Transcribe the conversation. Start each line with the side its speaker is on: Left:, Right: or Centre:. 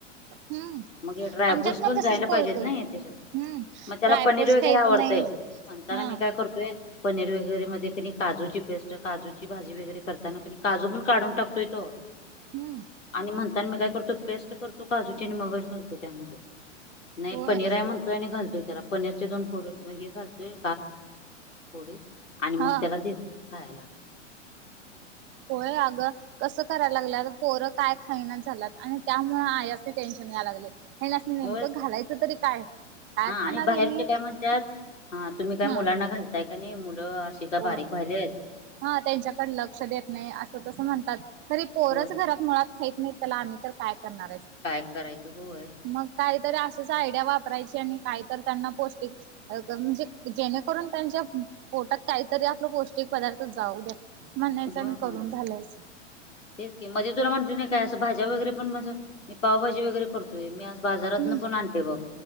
Right: हम्म
Left: मग हे ड्रायफ्रूट्स
Right: आमच्यात
Left: पण जायला
Right: तसच करतो
Left: पाहिजेत नही. ते
Right: हम्म
Left: मग त्याला
Right: ड्रायफ्रूट्स
Left: पनीर वगैरे
Right: खाहीत
Left: आवडतय.
Right: नाही
Left: म्हणताना
Right: हा
Left: मी काय करतोय पनीर वगैरे मध्ये कणी काजूची पेस्ट काजू ची भाजी वगैरे करताना, काजू पण काढून टाकतोय तो
Right: हं.
Left: आणि म्हणताना मी काय करतो, पेस्ट करतो काजूची आणि मगच घालतो त्यामध्ये. नाही
Right: होय.
Left: पनीर आहे म्हणतोय आणि, घालतोय त्याला पनीरचे दोन फोडे हे घालतोय फोडे, आणि मग
Right: हा
Left: त्याला देतोय. खायाय.
Right: होय, अगं कसं करायला लागल्यात, पोरं काय खाईनाच झाल्यात, आणि त्यामुळं आयास्नी टेन्शन याय लागलय. ह्यानासनी, नेमकं
Left: होय
Right: घालायचं तरी काय.. काय
Left: हा,
Right: खाणार
Left: आणि बाहेरचे
Right: हेनी
Left: काय म्हणत्यात, हा तुम्ही काय मुलांना
Right: हा
Left: घालताय का नाही, मुलं उपाशी
Right: होय.
Left: बारीक व्हायल्यात.
Right: हा, त्यांच्याकड लक्ष देत नाही असं तसं म्हणतात. खरी पोरच
Left: होय
Right: घरात मुळात खईत नाहीत, त्याला आम्ही तर काय करणार.
Left: काय करायचं हो तर.
Right: मग काहीतरी अशीच आयडिया वापरायची, आणि काहीतरी त्यांना पौष्टिक अग, म्हणजे जेणेकरून त्यांच्या पोटात काहीतरी आपलं पौष्टिक पदार्थ जाऊ द्या, म्हणायचं
Left: हो
Right: आणि
Left: हो
Right: करून घालायचं.
Left: तेच की मध्ये तुला म्हटलं नाही काय, असं भाज्या वगैरे पण माझं मी पावभाजी वगैरे करतो. ते मी आज बाजारातन
Right: हम्म
Left: पण आणलोय बघ,